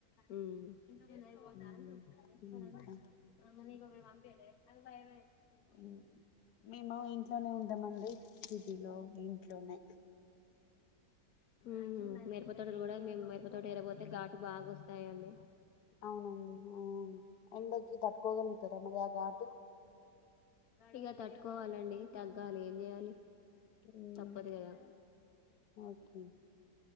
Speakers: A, on the left; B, on the left.
A: మ్మ్ ఇంతమంది వో
B: హ్మ్
A: తాన్ సూత్తన్
B: ఇంకా
A: <unintelligible> మీరు వంపిలే అది భయ మై
B: మ్మ్ మేము ఇంట్లోనే ఉం ట మండి సిటీలో ఇంట్లోనే
A: మ్మ్ మిరపతోటలో కూడా మేం మిరపతోట ఎరపోతే ఘాటు బాగా వస్తాయండి
B: అవునండి ఆ ఎండకి తట్టుకోగలుగుతారా మరి ఆ ఘాటు.
A: ఇక తట్టుకోవాలండి తగ్గాలి ఏం చేయాలి
B: హ్మ్
A: తప్పదు కదా
B: ఓకే